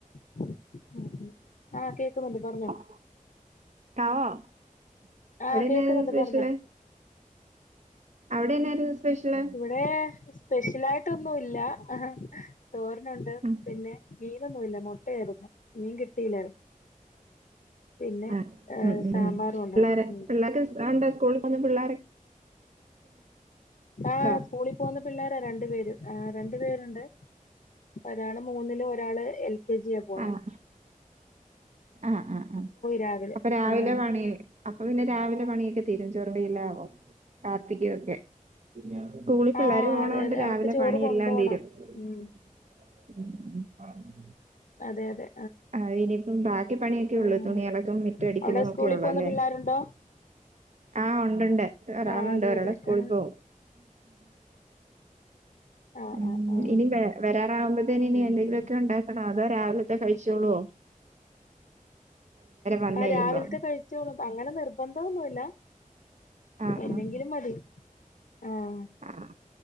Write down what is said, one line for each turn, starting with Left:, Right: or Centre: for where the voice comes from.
Left: <unintelligible> ആഹ് കേക്കുന്നുണ്ട് പറഞ്ഞോ
Right: <unintelligible>
Left: ആഹ്
Right: അവിടെന്നായിരുന്നു
Left: കേക്കുന്നുണ്ട്
Right: സ്പെഷ്യല്
Left: പറഞ്ഞോ
Right: അവിടെന്നായിരുന്നു സ്പെഷ്യല്
Left: ഇവിടേ സ്പെഷ്യൽ ആയിട്ടൊന്നുല്ല ആ തോരനുണ്ട്
Right: ആഹ്
Left: പിന്നെ മീനൊന്നുല്ല മൊട്ടയായിരുന്നു മീൻ കിട്ടിയില്ല പിന്നെ
Right: ആഹ്
Left: ഏഹ്
Right: ഉം ഉം
Left: സാമ്പാറും
Right: ഉം
Left: ഒണ്ടായിരുന്നു
Right: പിള്ളേരെ പിള്ളേർക്ക് സ് ആ ഇണ്ട് സ്കൂൾ പോവുന്ന പിള്ളാര് ഉണ്ടോ
Left: ആഹ് സ്കൂളിൽ പോവുന്ന പിള്ളേര രണ്ടു പേര് ആഹ് രണ്ടു പേരുണ്ട് ഒരാള് മൂന്നിലും ഒരാള് എൽ കെ ജിയ പോവുന്നെ
Right: ആഹ് ആഹ് ആഹ് ആഹ്
Left: രാവിലെ
Right: അപ്പൊ രാവിലെ
Left: ആഹ്
Right: പണി അപ്പൊ പിന്നെ രാവിലെ പണിയൊക്കെ തീരും ചോറുടി എല്ലാം ആവും കാപ്പിക്ക് ഒക്കെ സ്കൂളി പിള്ളേര്
Left: ആഹ്
Right: പോണ
Left: അതെ
Right: കൊണ്ട്
Left: അതെ
Right: രാവിലെ
Left: അവർക്ക് ചോറ്
Right: പണിയെല്ലാം
Left: കൊണ്ടോണം
Right: തീരും
Left: ഉം
Right: <inaudible>
Left: അതെ അതെ
Right: ആഹ് ഇനിയിപ്പം ബാക്കി പണിയൊക്കെ
Left: ആഹ്
Right: ഉള്ളു തുണി അലക്കും മിറ്റ അടിക്കലും
Left: അവിടെ
Right: ഒക്കെ
Left: സ്കൂളിൽ
Right: ഒള്ളു
Left: പോകുന്ന
Right: അല്ലേ
Left: പിള്ളേരുണ്ടോ
Right: ആഹ് ഒണ്ട്ണ്ട് ഒരാളുണ്ട്
Left: ആഹ് അതെ
Right: ഒരാള്
Left: അതെ
Right: സ്കൂളിൽ
Left: ആഹ്
Right: പോവും
Left: ആഹ്
Right: ഉം
Left: ആഹ് ആഹ്
Right: ഇനി വ വരാറാകുമ്പോത്തേന് ഇനി
Left: ഉം
Right: എന്തെങ്കിലൊക്കെ ഉണ്ടാക്കണോ അതോ രാവിലത്തെ കഴിച്ചോളോ വന്ന്
Left: ആഹ്
Right: കഴിയുമ്പോ
Left: രാവിലത്തെ കഴി ച്ചോളും അങ്ങനെ നിർബന്ധം ഒന്നുല്ല
Right: ആഹ്
Left: എന്നെങ്കിലും
Right: ആഹ്
Left: മതി ആഹ്
Right: ആഹ്